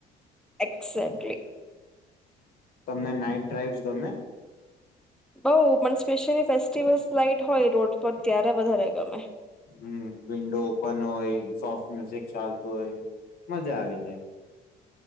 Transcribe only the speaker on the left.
તમને નાઈટ ડ્રાઈવસ ગમે?
હમ, વિન્ડો ઓપન હોય, સોફ્ટ મ્યુઝિક ચાલતું હોય, મજા આવી જાય.